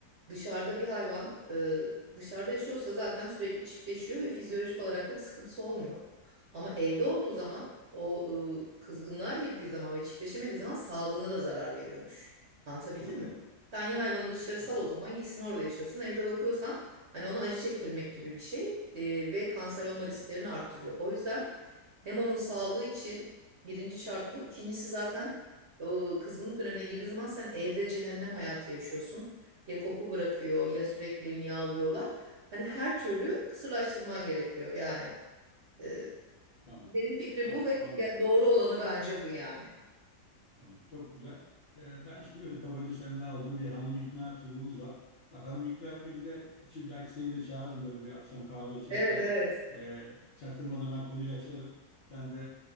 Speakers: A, on the right; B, on the left.
A: Dışarıda bir hayvan e, dışarıda yaşıyorsa zaten sürekli çiftleşiyor ve fizyolojik olarak da bir sıkıntısı olmuyor. Ama evde olduğu zaman o e, kızgınlığa girdiği zaman ve çiftleşemediği zaman sağlığına da zarar veriyormuş. Anlatabildim
B: Anladım.
A: mi? Sen ya hayvanı dışarı sal
B: Evet.
A: o zaman gitsin orada yaşasın. Evde bakıyorsan Hani ona acı çektirmek gibi bir şey e, ve kanser
B: Hmm,
A: olma risklerini arttırıyor. O yüzden hem onun sağlığı için birinci şart bu. İkincisi zaten o kızgınlık dönemine girdiğin zaman sen evde cehennem hayatı yaşıyorsun. Ya koku bırakıyor ya sürekli miyavlıyorlar. Hani her türlü kısırlaştırman gerekiyor yani. E,
B: tamam.
A: benim fikrim
B: Anladım,
A: bu ve
B: anladım.
A: ge- doğru olanı bence bu yani.
B: Tamam, çok güzel. Ee, ben şimdi böyle kabaca senden aldım bir hanım ikna turumuz var. Bak hanım ikna etmek üzere için belki seni de çağırırım böyle bir akşam kahve içerken.
A: Evet evet.
B: Ee, çaktırmadan ben konuyu açarım. Sen de